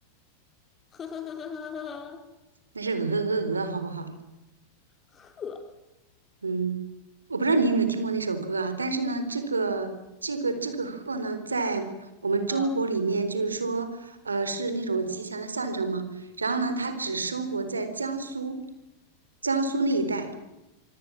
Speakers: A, on the left; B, on the right.
A: 呵呵呵呵呵呵呵呵，
B: 那是鹅鹅鹅，好不好？
A: 鹤，
B: 嗯，我不知道你有没有听过那首歌啊，但是呢，这个这个这个鹤呢，在我们中国里面，
A: 呃，
B: 就是说，呃，是那种吉祥的象征嘛。然后呢，它只生活在江苏，江苏那一带。